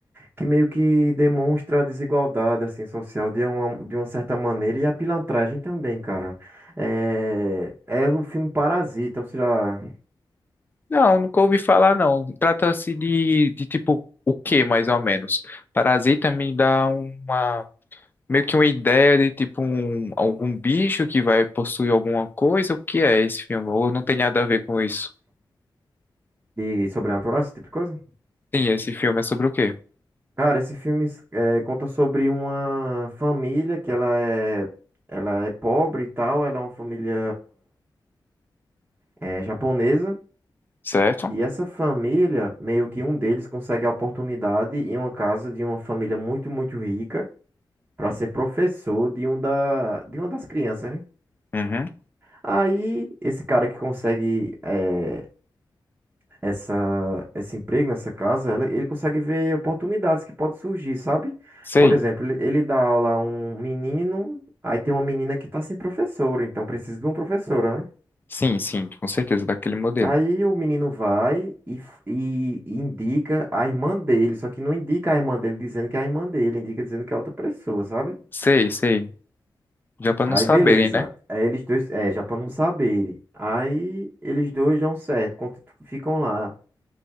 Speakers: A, on the right; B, on the left.
A: que meio que demonstra a desigualdade assim social de uma, de uma certa maneira e a pilantragem também, cara. É, é o filme Parasita, você já
B: Não, nunca ouvi falar, não. Trata-se de, de tipo o que mais ou menos? Parasita me dá uma. meio que uma ideia de tipo um, algum bicho que vai possuir alguma coisa? O que é esse filme? Ou não tem nada a ver com isso?
A: de sobrenatural, esse tipo de coisa?
B: Sim, esse filme é sobre o quê?
A: Cara, esse filme é, conta sobre uma família que ela é ela é pobre e tal, ela é uma família é, japonesa.
B: Certo?
A: E essa família, meio que um deles consegue a oportunidade em uma casa de uma família muito, muito rica para ser professor de um da, de uma das crianças, né?
B: Uhum.
A: Aí, esse cara que consegue eh, essa, esse emprego nessa casa, ela- ele consegue ver oportunidades que podem surgir, sabe?
B: Sei.
A: Por exemplo, ele, ele dá aula a um menino, aí tem uma menina que tá sem professora, então precisa de uma professora, né?
B: Sim, sim, com certeza, daquele modelo.
A: Aí o menino vai e, f- e- e indica a irmã dele, só que não indica a irmã dele dizendo que é a irmã dele, indica dizendo que é outra pessoa, sabe?
B: Sei, sei. Já pra não
A: Aí
B: saberem,
A: beleza.
B: né?
A: Aí eles dois, é, já pra não saberem. Aí eles dois dão certo, cont- ficam lá.